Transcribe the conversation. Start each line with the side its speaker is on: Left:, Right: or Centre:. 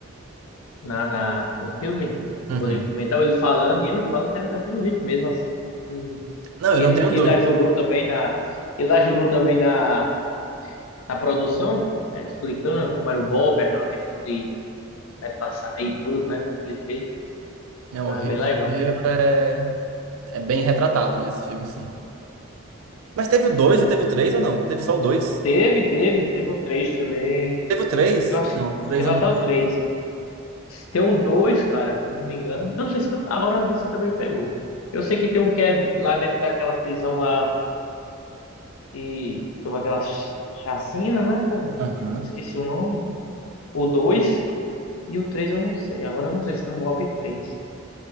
Left: na, na, no filme. O, o
Right: Uhum.
Left: Rodrigo Pimentel, ele falando, e ele fala que era daquele jeito mesmo, assim. que
Right: Não, eu
Left: Ele,
Right: não tenho dúvida.
Left: ele ajudou também na. Ele ajudou também na na produção, né, explicando como era o golpe, aquela questão de né, passar aí tudo, né, daquele jeito.
Right: né? O
Left: Ah,
Right: Rio
Left: bem
Right: de
Left: legal.
Right: Janeiro é, é bem retratado nesse filme, sim. Mas teve o dois ou teve o três ou não? Teve só o dois?
Left: Teve, teve, teve o 3 também.
Right: Teve o três?
Left: Eu acho
Right: Não,
Left: que
Right: três
Left: teve
Right: eu
Left: até
Right: não.
Left: o três Tem um 2 cara, se eu não me engano. Eu não sei se tem, um, agora você também pegou. Eu sei que tem um que é lá dentro daquela prisão lá que, que teve aquela ch- chacina, né, velho?
Right: Aham.
Left: Eu esqueci o nome. O 2 e o 3 eu não sei. Agora eu não sei se tem um golpe 3